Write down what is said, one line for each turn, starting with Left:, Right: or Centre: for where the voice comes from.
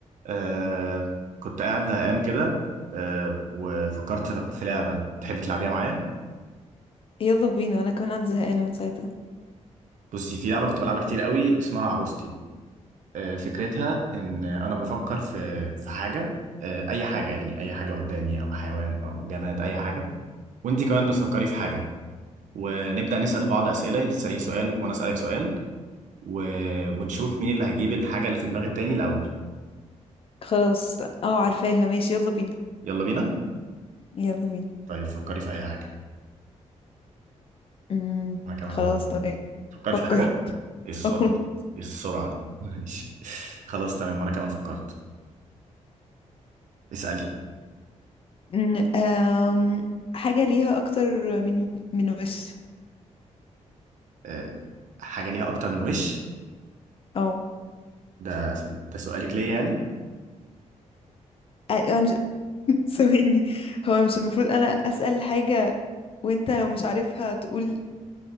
Right: آه كنت قاعد زهقان كده آه وفكرت في لعبة تحبي تلعبيها معايا
Left: يلا بينا انا كمان قاعدة زهقانة من ساعتها
Right: بصي في لعبة كنت بلعبها كتير قوي اسمها عروستي آه فكرتها إن أنا بفكر في في حاجة آه أي حاجة يعني أي حاجة قدامي أو حيوان أو جماد أي حاجة وأنت كمان بتفكري في حاجة ونبدأ نسأل بعض أسئلة أنت تسأليني سؤال وأنا أسألك سؤال و... ونشوف مين اللي هيجيب الحاجة اللي في دماغ التاني الأول
Left: خلاص اه عارفاها ماشي يلا بينا
Right: يلا بينا
Left: يلا بينا
Right: طيب فكري في أي حاجة
Left: امم
Right: أنا كمان
Left: خلاص
Right: أهو.
Left: تمام
Right: فكرتي
Left: فكر
Right: في حاجة ايه السرعة
Left: <laughs>
Right: دي ايه السرعة دي <laughs> ماشي خلاص تمام وانا كمان فكرت اسألي
Left: أمم، آم، حاجة ليها أكتر من من وش
Right: أه حاجة ليها اكتر من وش
Left: أو
Right: ده ده سؤالك ليا يعني
Left: أنا مش <laughs> ثواني هو مش المفروض أنا أسأل حاجة وأنت لو مش عارفها تقول